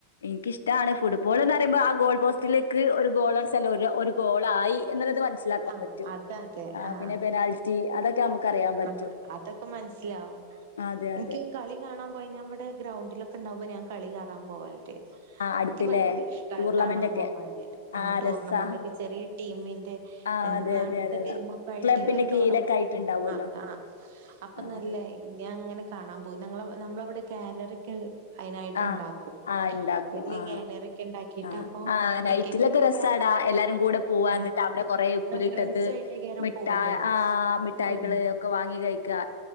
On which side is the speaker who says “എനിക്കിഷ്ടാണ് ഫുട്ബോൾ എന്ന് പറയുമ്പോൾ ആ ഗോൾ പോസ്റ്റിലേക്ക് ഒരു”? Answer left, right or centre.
Left